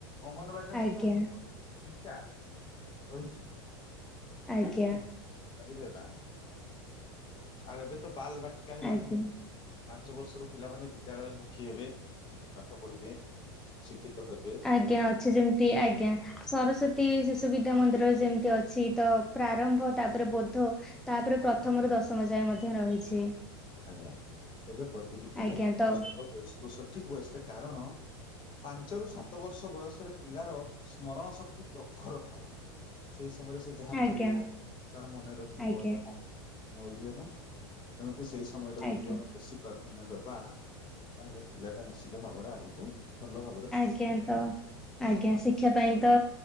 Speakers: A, on the left (about 35°); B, in the centre.
A: ଅଙ୍ଗନବାଡି ମଧ୍ୟ
B: ଆଜ୍ଞା
A: ଗୋଟେ ପ୍ରକାର ଶିକ୍ଷା ରହିଛି।
B: ଆଜ୍ଞା
A: ବୁଝିଲେ ନା ଆଉ ଏବେ ତ ବାଲ ବାଟିକା ହେଲା
B: ଆଜ୍ଞା
A: ପୁଣି। ପାଞ୍ଚ ବର୍ଷରୁ ପିଲାମାନେ ବିଦ୍ୟାଳୟ ମୁଖୀ ହେବେ, ପାଠ ପଢିବେ, ଶିକ୍ଷିତ ହେବେ।
B: ଆଜ୍ଞା ଅଛି ଯେମିତି ଆଜ୍ଞା। ସରସ୍ଵତୀ ଶିଶୁ ବିଦ୍ୟା ମନ୍ଦିର ଯେମିତି ଅଛି ତ ପ୍ରାରମ୍ଭ ତାପରେ ବୋଧ ତାପରେ ପ୍ରଥମରୁ ଦଶମ ଯାଏ ମଧ୍ୟ ରହିଛି।
A: ଆଜ୍ଞା ଏବେ ପ୍ରତିଟି ପିଲା
B: ଆଜ୍ଞା
A: କୁ
B: ତ
A: ଛୋଟ ବୟସରୁ ସଠିକ ବୟସରେ କାରଣ ପାଞ୍ଚ ରରୁ ସାତ ବର୍ଷ ବୟସରେ ପିଲାର ସ୍ମରଣ ଶକ୍ତି ପ୍ରଖର ଥାଏ। ସେଇ ସମୟରେ ସେ ଯାହା
B: ଆଜ୍ଞା
A: ପଢିବ ତାର ମନେ ରହିଯିବ
B: ଆଜ୍ଞା
A: ଯାହା ବୁଝିଲେ ନା। ତେଣୁକି ସେଇ ସମୟ ଟାକୁ
B: ଆଜ୍ଞା
A: ଯଦି ଆମେ ବେଶୀ ପ୍ରାଧାନ୍ୟ ଦବା ତାହେଲେ ପିଲାଟା ନିଶ୍ଚିତ ଭାବରେ ଆଗକୁ ଭଲ ଭାବରେ
B: ଆଜ୍ଞା ତ ଆଜ୍ଞା ଶିକ୍ଷା ପାଇଁ ତ